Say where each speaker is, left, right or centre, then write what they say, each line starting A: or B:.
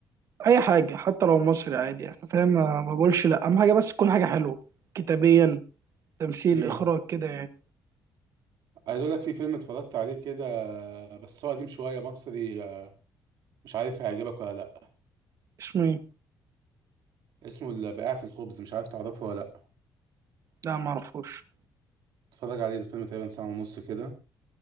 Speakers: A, on the right; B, on the right.
A: اي حاجه حتى لو مصري عادي يعني فاهم ما ما بقولش لا اهم حاجه بس تكون حاجه حلوه كتابيا تمثيل
B: امم
A: اخراج كده يعني
B: عايز اقول لك في فيلم اتفرجت عليه كده بس هو قديم شويه مصري آه، مش عارف هيعجبك ولا لا
A: اسمه ايه؟
B: اسمه ال- بقاعه الخبز مش عارف تعرفه ولا لا
A: لا ما اعرفوش
B: اتفرج عليه ده فيلم تقريبا ساعه ونص كده